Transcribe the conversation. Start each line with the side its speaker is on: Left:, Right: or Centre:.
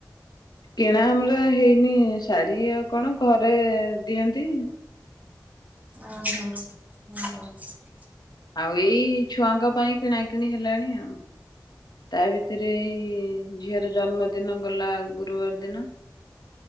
Left: କିଣା ଆମର ହେଇନି ଶାଢୀ ଆଉ କଣ ଘରେ ଦିଅନ୍ତି।
Right: ଅ ହ ହଁ।
Left: ଆଉ ଏଇ ଛୁଆଙ୍କ ପାଇଁ କିଣାକିଣି ହେଲାଣି ଆଉ ତା ଭିତରେ ଏଇ ଝିଅର ଜନ୍ମଦିନ ଗଲା ଗୁରୁବାର ଦିନ।